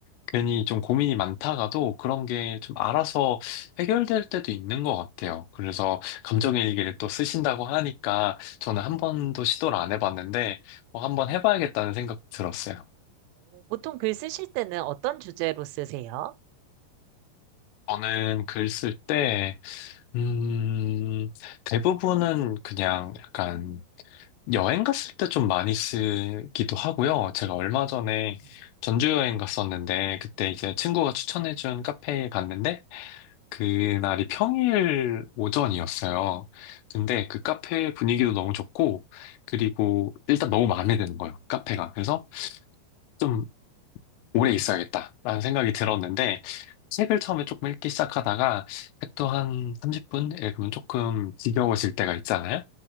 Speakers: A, on the left (about 85°); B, on the right (about 85°).
A: 괜히 좀 고민이 많다가도 그런 게 좀 알아서 해결될 때도 있는 것 같아요. 그래서 감정일기를 또 쓰신다고 하니까 저는 한 번도 시도를 안 해봤는데 뭐 한번 해봐야겠다는 생각 들었어요.
B: 오, 보통 글 쓰실 때는 어떤 주제로 쓰세요?
A: 저는 글 쓸 때, 음, 대부분은 그냥 약간 여행 갔을 때 좀 많이 쓰기도 하고요. 제가 얼마 전에
B: 음.
A: 전주 여행 갔었는데 그때 이제 친구가 추천해준 카페에 갔는데 그날이 평일 오전이었어요. 근데 그 카페 분위기도 너무 좋고, 그리고 일단 너무 마음에 드는 거예요, 카페가. 그래서 좀 오래 있어야겠다라는 생각이 들었는데, 책을 처음에 조금 읽기 시작하다가, 책도 한 30분 읽으면 조금 지겨워질 때가 있잖아요.